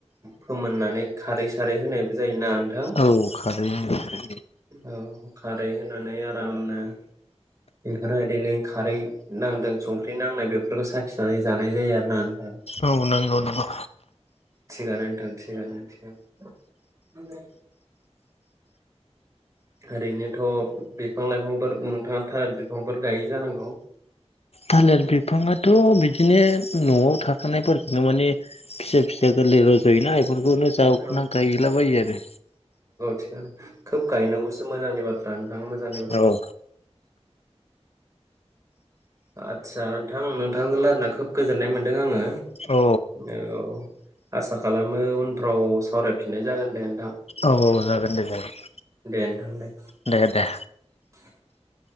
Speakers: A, on the right; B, on the left.
A: फोमोननानै खारै सारै होनायबो जायोना। नोंथां
B: औ खारै ओं खारै
A: औ खारै होनानै आरामनो बेफोरो बिदिनो खारै नांदों संख्रि नांनाय बेफोरखौ साखिनानै जानाय जायो आरो <unintelligible>
B: औ नंगौ नंगौ
A: थिगानो नोंथां थिगानो थिगानो ओरैनोथ बिफां लाइफांफोर नोंथाङा थार बिफांफोर गायो जानांगौ
B: थालिर बिफाङाथ' बिदिनो नआव थाखानायफोरखौनो माने फिसा फिसा गोरलै रजयोना बेफोरखौनो जावखुना
A: औ
B: गायलाबायो आरो
A: थिखांनो खोब गायनांगौसो मोजांनि बाथ्रानो ओं मोजांनि बाथ्रा
B: आरो।
A: आदसा नोंथां नोंथांजों लायरायना खोब गोजोननाय मोनदों आङो
B: औ
A: औ आसा खालामो उन फ्राव सावरायफिननाय जागोन दे नोंथां
B: औ औ जागोन दे जागोन
A: दे नोंथां दे
B: दे दे
A: <inaudible>